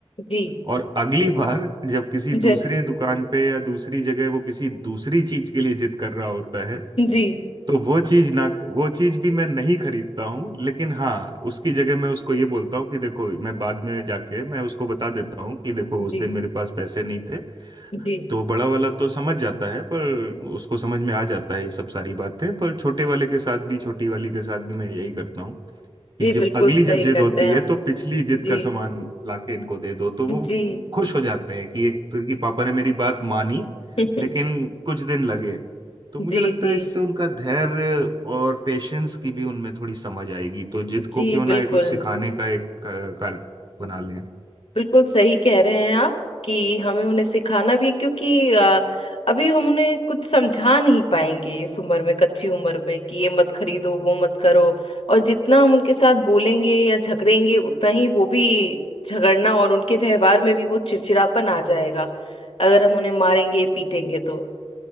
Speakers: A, on the left; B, on the right.
A: जी
B: और अगली बार जब किसी
A: जी
B: दूसरी दुकान पे या दूसरी जगह वो किसी दूसरी चीज के लिए जिद कर रहा होता है
A: जी
B: तो वो चीज ना वो चीज भी मैं नहीं खरीदता हूँ लेकिन हाँ उसकी जगह मैं उसको ये बोलता हूँ कि देखो मैं बाद में जाके मैं उसको बता देता हूँ कि देखो उस
A: जी
B: दिन मेरे पास पैसे नहीं थे
A: जी
B: तो बड़ा वाला तो समझ जाता है पर उसको समझ में आ जाता है ये सब सारी बातें पर छोटे वाले के साथ भी छोटी वाली के साथ भी मैं यही करता हूँ कि
A: जी
B: जब
A: बिल्कुल
B: अगली
A: सही
B: जब जिद
A: करते
B: होती
A: हैं
B: है
A: आप
B: तो पिछली जिद
A: जी
B: का सामान लाके इनको दे दो तो वो
A: जी
B: खुश हो जाते हैं कि एक तो कि पापा ने मेरी बात मानी
A: <laughs>
B: लेकिन कुछ दिन लगे तो मुझे
A: जी
B: लगता
A: जी
B: है इससे उनका धैर्य और पेशेंस की भी उनमें थोड़ी समझ आएगी तो जिद
A: जी
B: को क्यों ना
A: बिल्कुल
B: ये कुछ सिखाने का एक अ, कार्य बना लें
A: बिल्कुल सही कह रहे हैं आप कि हमें उन्हें सिखाना भी है, क्योंकि अ, अभी हम उन्हें कुछ समझा नहीं पाएंगे इस उम्र में कच्ची उम्र में कि ये मत खरीदो वो मत करो और जितना हम उनके साथ बोलेंगे या झगड़ेंगे उतना ही वो भी झगड़ना और उनके व्यवहार में भी वो चिड़चिड़ापन आ जाएगा अगर हम उन्हें मारेंगे पीटेंगे तो